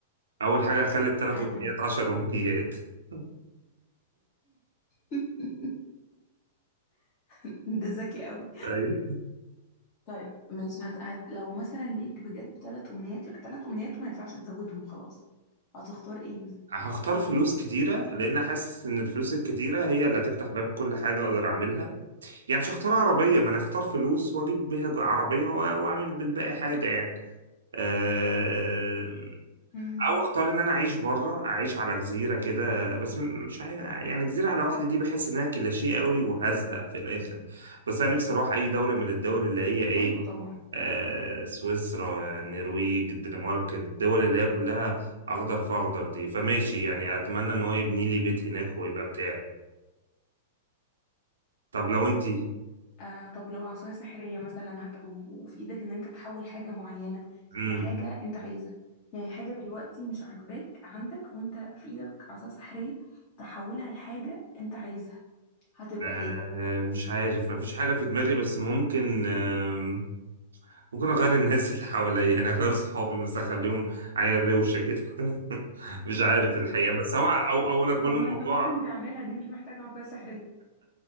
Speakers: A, on the right; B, on the left.
A: اول حاجه هخلي الثلاث
B: هت
A: امنيات 10 امنيات <laughs>
B: <laughs> <laughs> ده ذكي قوي
A: ايوه
B: طيب ماشي هت... هت... لو مثلا ليك بجد ثلاث امنيات لا ثلاث امنيات ما ينفعش تزودهم خلاص هتختار ايه مثلا
A: هختار فلوس كتيرة لأن حاسس إن الفلوس الكتيرة هي اللي هتفتح باب كل حاجة أقدر أعملها يعني مش هختار عربية ما أنا هختار فلوس وأجيب بيها جو- عربية و- وأعمل بالباقي حاجة يعني أه
B: مم.
A: او اختار ان انا اعيش بره اعيش على جزيره كده بس م- مش عاي... يعني جزيره على واحده دي بحس انها كليشيه قوي وهزهق في الاخر بس انا نفسي اروح اي دوله من الدول اللي هي ايه
B: ايوه طبعا
A: آه سويسرا النرويج الدنمارك الدول اللي هي كلها اخضر في اخضر دي فماشي يعني اتمنى ان هو يبني لي بيت هناك ويبقى بتاعي طب لو انتي
B: آه طب لو عصايه سحريه مثلا هت... و- وفي ايدك ان انت تحول حاجه معينه
A: امم
B: لحاجه انت عايزها يعني حاجه دلوقتي مش عاجباك عندك وانت في ايدك عصايه سحريه تحولها لحاجه انت عايزها هتبقى
A: آه
B: ايه
A: مش عارف مفيش حاجه في دماغي بس ممكن آمم، ممكن اغير الناس اللي حواليا يعني اغير صحابي مثلا اخليهم عيال روشه كده <laughs> مش عارف الحقيقه بس هو او او انا كل
B: طب ما
A: الموضوع
B: انت ممكن
A: <laughs>
B: تعملها دي مش محتاجة عصاية سحرية